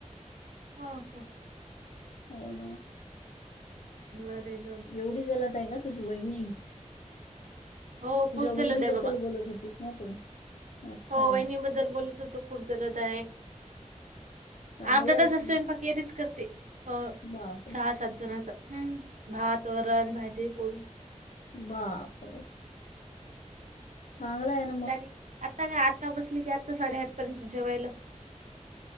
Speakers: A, on the right; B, on the left.
A: हो का.
B: हो ना.
A: बर.
B: एवढी जलत आहे का तुझी वहिणी
A: हो
B: तुझ्या
A: खूप
B: वहिणी
A: जलद आहे
B: बद्दल
A: बाबा
B: बोलत होतीस. हो तू. अच्छा
A: हो वहिणी बद्दल बोलतो तो खूप जलत आहे
B: चांगला
A: आमचा
B: आहे
A: तसा स्वयंपाक. रीच करते हो
B: बापरे
A: सहा सात. ह् भात वरण भाजी पोळी.
B: बाप. चांगल आहे न.
A: ला आता काय आता बसली की आता साडेआठ पर्यंत जेवायला.